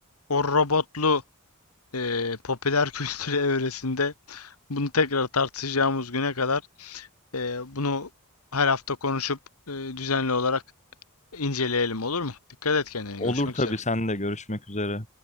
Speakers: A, on the left; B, on the left.
A: o robotlu e, popüler <laughs> kültür evresinde bunu tekrar tartışacağımız güne kadar e, bunu her hafta konuşup e, düzenli olarak İnceleyelim olur mu? Dikkat et kendine.
B: Olur
A: Görüşmek
B: tabii
A: üzere.
B: sen de görüşmek üzere.